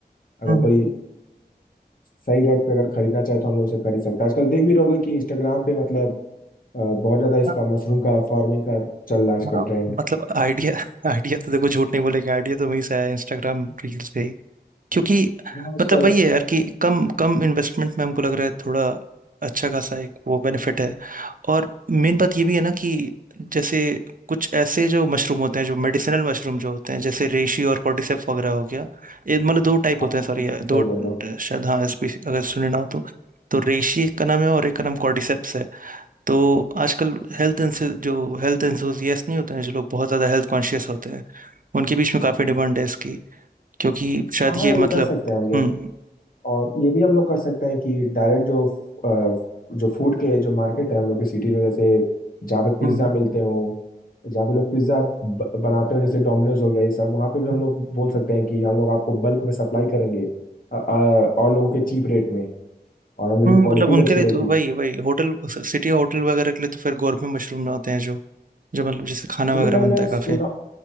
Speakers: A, on the left; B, on the right.
A: अगर
B: हम्म,
A: कोई सही रेट पे अगर खरीदना चाहे तो हम लोग उसे खरीद सकते हैं आजकल देख भी रहोगे कि इंस्टाग्राम पे मतलब अ, बहुत ज़्यादा इसका
B: हाँ
A: मशरूम का फार्मिंग का चल रहा है आजकल
B: हाँ,
A: ट्रेंड
B: मतलब आइडिया <laughs> आइडिया तो देखो झूठ नहीं बोलेगा आइडिया तो वहीं से आया इंस्टाग्राम रील्स पे क्योंकि
A: हाँ आजकल
B: मतलब वही है यार कि कम कम इन्वेस्टमेंट में हमको लग रहा है थोड़ा अच्छा खासा एक वो बेनिफिट है और मेन बात ये भी है ना कि जैसे कुछ ऐसे जो मशरूम होते हैं जो मेडिसिनल मशरूम जो होते हैं जैसे रेशी और कॉर्डिसेप वगैरह हो गया ये मतलब दो टाइप
A: हाँ
B: होते हैं सॉरी
A: एकदम सही
B: दो
A: बोल रहे हो
B: शायद हाँ स्पीसी अगर सुने ना हो तो तो रेशी एक का नाम है और एक का नाम कॉर्डिसेप्स है तो आजकल हेल्थ जो हेल्थ एंथुजियास्ट नहीं होते हैं जो लोग बहुत ज़्यादा हेल्थ कॉन्शियस होते हैं उनके बीच में
A: हाँ
B: काफ़ी डिमांड है इसकी क्योंकि शायद
A: हाँ हाँ,
B: ये
A: ये
B: मतलब
A: कर सकते हैं हम लोग
B: हुँ,
A: और ये भी हम लोग कर सकते हैं कि डायरेक्ट जो अ, जो फूड के जो मार्केट है हम लोग की सिटी में जैसे जहाँ पे पिज्ज़ा
B: हुँ, हुँ,
A: मिलते हो जहाँ पे लोग पिज्ज़ा बनाते हो जैसे डोमिनोज हो गया ये सब वहाँ पे भी हम
B: हुँ,
A: लोग बोल सकते हैं कि हम लोग आपको बल्क में सप्लाई करेंगे अ, अ, और लोगों के चीप रेट में और हम लोग
B: हुँ,
A: की क्वालिटी
B: मतलब उनके
A: भी अच्छी
B: लिए
A: रहेगी
B: तो वही वही होटल स सिटी होटल वगैरह के लिए तो फिर गोरमे मशरूम होते हैं जो जो मतलब जिससे खाना
A: लेकिन
B: वगैरह
A: भाई
B: बनता
A: मैं
B: है
A: सुना
B: काफ़ी।